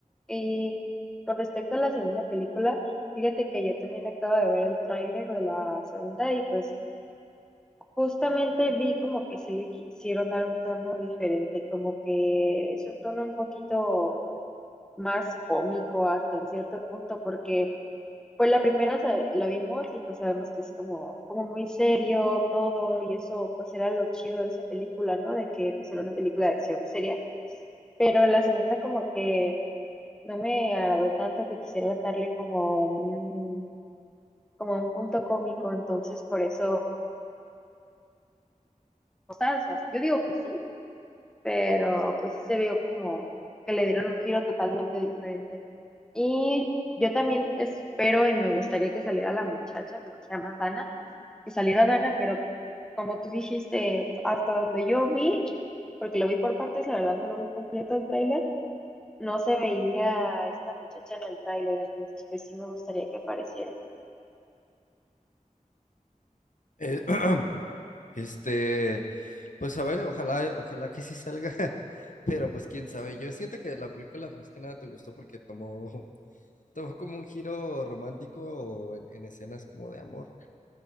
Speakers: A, in the centre; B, on the left.
A: Y con respecto a la segunda película, fíjate que yo también acabo de ver el tráiler de la segunda y pues justamente vi como que sí le quisieron dar un tono diferente, como que es un tono un poquito más cómico hasta en cierto punto, porque pues la primera sa- la vimos y pues sabemos que es como, como muy serio todo y eso pues era lo chido de esa película, ¿no? De que pues era una película de acción seria. Pero la segunda como que no me agradó tanto que quisieran darle como un, como un punto cómico, entonces por eso, o sea, o sea, yo digo que sí, pero pues sí se vio como que le dieron un giro totalmente diferente. Y yo también espero y me gustaría que saliera la muchacha, creo que se llama Dana que saliera Dana, pero como tú dijiste, hasta donde yo vi, porque lo vi por partes, la verdad no lo vi completo el tráiler, no se veía a esta muchacha en el tráiler, entonces pues sí me gustaría que apareciera. <laughs>
B: Eh, <clears throat> este, pues a ver, ojalá, ojalá que sí salga, <laughs> pero pues quién sabe, yo siento que la película más que nada te gustó porque tomó, <laughs> tomó como un giro romántico en en escenas como de amor,